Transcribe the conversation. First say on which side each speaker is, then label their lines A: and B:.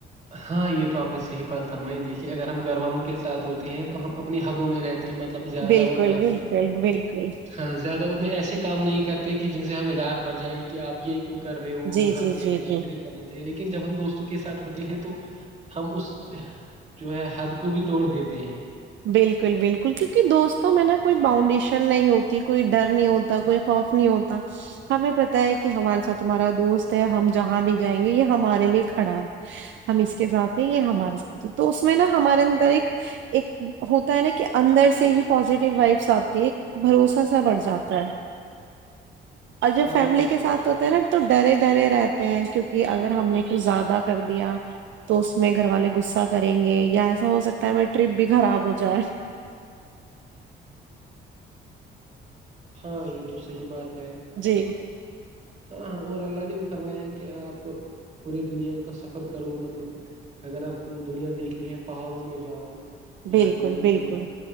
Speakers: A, on the right (about 35°); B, on the right (about 70°).
A: ہاں یہ تو آپنی صحیح بات فرمائی دیکھیے اگر ہم گھر والوں کے ساتھ ہوتے ہیں تو ہم اپنی حدوں میں رہتے ہیں مطلب زیادہ
B: بالکل
A: اتنا
B: بالکل بالکل
A: ہاں زیادہ اتنے ایسے کام نہیں کرتے کہ جن سے ہمیں ڈانٹ پڑ جائے کہ آپ یہ کیوں کر رہے ہو
B: جی
A: یہاں
B: جی
A: پہ
B: جی
A: اتنا
B: جی
A: نہیں کرنا چاہیے لیکن جب ہم دوستوں کے ساتھ ہوتے ہیں تو ہم اس جو ہے حد کو بھی توڑ دیتے ہیں
B: بالکل بالکل کیونکہ دوستوں میں نا کوئی باؤنڈیشن نہیں ہوتی کوئی ڈر نہیں ہوتا کوئی خوف نہیں ہوتا ہمیں پتہ ہے کہ ہمارے ساتھ تمہارا دوست ہے ہم جہاں بھی جائیں گے یہ ہمارے لیے کھڑا ہے ہم اس کے ساتھ ہیں یہ ہمارے ساتھ ہے تو اس میں نا ہمارے اندر ایک ایک ہوتا ہے نا کہ اندر سے ہی پزیٹیو وائبس آتی بھروسہ سا بڑھ جاتا ہے اور جب
A: ہاں
B: فیملی
A: یہ
B: کے ساتھ
A: تو بات
B: ہوتے ہیں نا
A: ہے
B: تو ڈرے ڈرے رہتے ہیں کیونکہ اگر ہم نے کچھ زیادہ کر دیا تو اس میں گھر والے غصہ کریں گے یا ایسا ہو سکتا ہے مے ٹرپ بھی خراب ہو جائے
A: ہاں یہ تو صحی بات ہے
B: جی
A: ہاں ہاں اور اللہ نے بھی فرمایا ہے کہ آپ پورے دنیا کا سفر کرو مطلب اگر آپ کو دنیا دیکھنی ہے پہاڑوں میں جاؤ
B: بالکل
A: یا جو جو میں
B: بالکل
A: نے